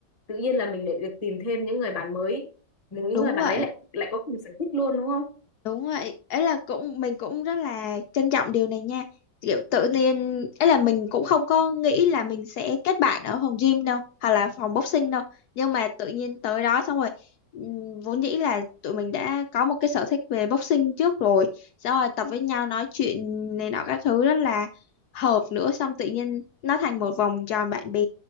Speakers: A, on the left (about 25°); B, on the left (about 70°).
A: tự nhiên là mình lại được tìm thêm những người bạn mới những
B: đúng
A: người bạn
B: vậy
A: đấy lại lại có cùng sở thích luôn đúng không
B: Đúng vậy, ấy là cũng mình cũng rất là trân trọng điều này nha. Kiểu tự nhiên ấy là mình cũng không có nghĩ là mình sẽ kết bạn ở phòng gym đâu hoặc là phòng boxing đâu. Nhưng mà tự nhiên tới đó xong rồi ừm, vốn dĩ là tụi mình đã có một cái sở thích về boxing trước rồi. Xong rồi tập với nhau nói chuyện này nọ các thứ rất là hợp nữa xong tự nhiên nó thành một vòng tròn bạn bè